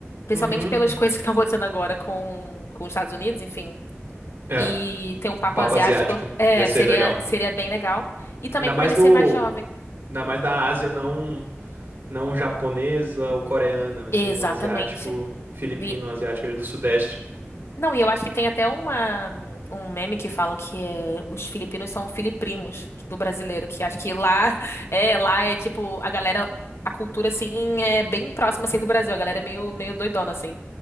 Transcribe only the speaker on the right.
Uhum.
É,
um papo
asiático.
Ia ser
legal.
Ainda
mais
do,
ainda mais da Ásia, não, não japonesa ou coreana, assim,
um asiático, filipino,
um asiático ali do Sudeste.